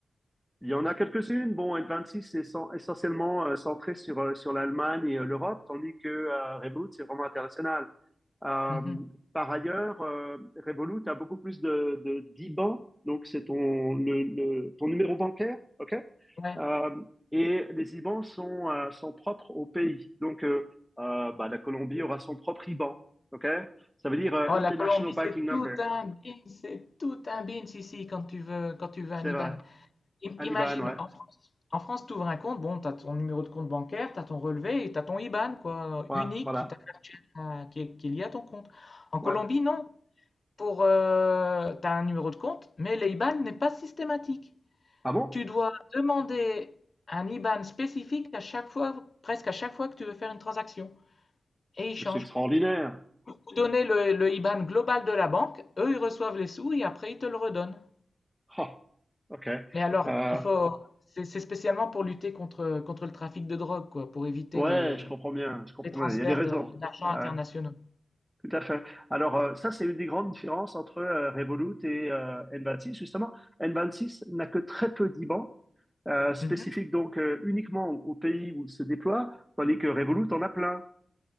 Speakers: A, in the centre; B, on the left.
A: Il y en a quelques-unes. Bon, N26, est sans- essentiellement euh, centré sur, euh, sur l'Allemagne et euh, l'Europe, tandis que euh, Revolut, c'est vraiment international. Euh,
B: Mhm.
A: par ailleurs, euh, Revolut a beaucoup plus de, de d'IBAN, donc c'est ton, le, le- ton numéro bancaire, OK?
B: Ouais.
A: Euh, et les IBAN sont, euh, sont propres au pays. Donc, euh, euh, bah, la Colombie aura son propre IBAN, OK? Ça veut dire euh,
B: Oh,
A: International
B: la Colombie,
A: Banking
B: c'est
A: Number.
B: tout un bin, c'est tout un bin ici quand tu veux, quand tu veux un
A: C'est
B: IBAN.
A: vrai.
B: Im-
A: Un
B: imagine,
A: IBAN, ouais.
B: en France, en France, tu ouvres un compte, bon, tu as ton numéro de compte bancaire, tu as ton relevé et tu as ton IBAN, quoi,
A: Ouais,
B: unique
A: voilà.
B: qui t'appartient, à- qui est, qui est lié à ton compte. En
A: Ouais.
B: Colombie, non. Pour, euh, tu as un numéro de compte, mais l'IBAN n'est pas systématique.
A: Ah bon?
B: Tu dois demander un IBAN spécifique à chaque fois, presque à chaque fois que tu veux faire une transaction. Et il change.
A: C'est extraordinaire.
B: Vous donnez le, le IBAN global de la banque, eux ils reçoivent les sous et après ils te le redonnent.
A: Ah, ok.
B: Mais alors,
A: Euh,
B: il faut, c'est spécialement pour lutter contre, contre le trafic de drogue, quoi, pour éviter
A: ouais,
B: les,
A: je comprends bien, je comprends
B: les transferts
A: bien. Il y a des raisons.
B: d'argent
A: Ouais,
B: internationaux.
A: tout à fait. Alors, euh, ça, c'est une des grandes différences entre euh, Revolut et euh, N26. Justement, N26 n'a que très peu d'IBAN euh, spécifiques,
B: Mhm.
A: donc euh, uniquement au, au pays où il se déploie, tandis que Revolut en a plein.